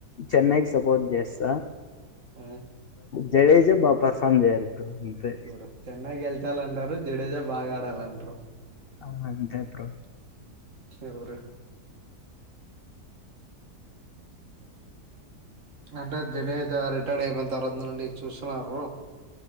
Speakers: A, on the left; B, on the right.
A: చెన్నైకి సపోర్ట్ చేస్తా
B: ఆ
A: జడేజ్ బా పర్ఫార్మ్ చేయాలి బ్రో అంతే
B: చూడు చెన్న్ గెల్చాలంటారు జడేజా బా ఆడాలం
A: అవును అంతే బ్రో
B: సురు అంటే జడజ రిటైర్ అయిపోయిన తర్వాత నుండి చూస్తున్నారు బ్రో